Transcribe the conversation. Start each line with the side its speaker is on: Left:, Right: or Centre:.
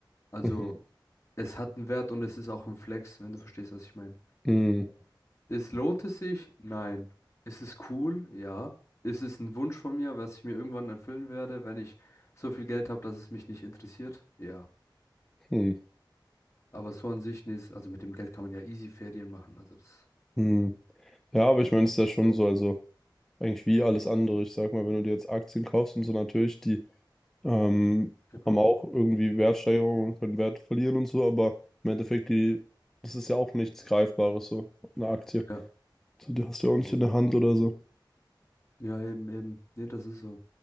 Left: Also
Centre: Mhm.
Left: es hat einen Wert und es ist auch ein Flex, wenn du verstehst, was ich meine.
Centre: Mhm.
Left: Es lohnt es sich? Nein. Ist es cool? Ja. Ist es ein Wunsch von mir, was ich mir irgendwann erfüllen werde, wenn ich so viel Geld habe, dass es mich nicht interessiert? Ja.
Centre: Mhm.
Left: Aber so an sich, nee, ist- also mit dem Geld kann man ja easy Ferien machen. Also das,
Centre: Mhm. Ja, aber ich meine, es ist ja schon so, also eigentlich wie alles andere. Ich sag mal, wenn du dir jetzt Aktien kaufst und so, natürlich, die Ähm,
Left: genau.
Centre: haben auch irgendwie Wertsteigerungen und können Wert verlieren und so, aber im Endeffekt, die, das ist ja auch nichts Greifbares, so eine Aktie.
Left: Ja,
Centre: So, die hast du
Left: genau.
Centre: ja auch nicht in der Hand oder so.
Left: Ja, eben, eben. Nee, das ist so.